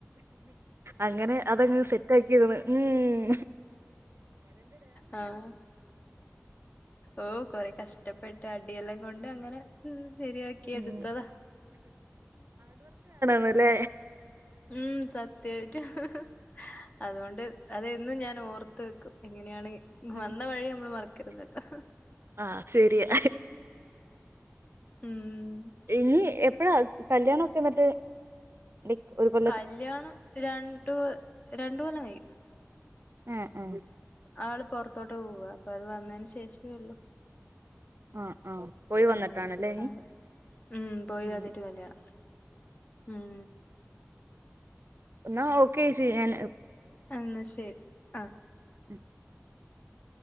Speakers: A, on the right; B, on the left.
A: അങ്ങനെ അതങ്ങ് സെറ്റാക്കിക്ക് ണ് ഉം.
B: ആഹ് ഓ കൊറെ കഷ്ടപ്പെട്ട് അടിയെല്ലാം കൊണ്ട് അങ്ങനെ ഉം ശരിയാ ക്കി
A: മ്മ്.
B: എട്ത്തതാ.
A: <unintelligible> ലെ
B: ഉം സത്യായിട്ടും. ഹാ അതോണ്ട് അതെന്നും ഞാൻ ഓർത്ത് വെക്കും. എങ്ങനെയാണ്.
A: മ്മ്.
B: വന്നവഴി അമ്മള് മറക്കരുതല്ലോ.
A: ആ ശരിയാ.
B: ഉം.
A: ഇനി എപ്പഴാ കല്യാണക്കെ ഇന്നട്ട് നിക് ഒരു കൊ
B: കല്ല്യാണം രണ്ടു രണ്ട് കപല്ലം കയ്യും.
A: ഏഹ് ഏഹ്
B: ആള് പൊറത്തോട്ട് പോവാ. അപ്പൊ അത് വന്നെന് ശേഷേള്ളു.
A: ആ ആ. പോയി വന്നിട്ടാണല്ലേ
B: ഉം
A: ഇനി?
B: ആൾ. ഉം പോയി
A: മ്മ്.
B: വന്നിട്ട് കല്യാണം. ഉം
A: ഇന്നാ ഓക്കേച്ചി ഞാൻ
B: എന്ന ശരി ആ.
A: ഉം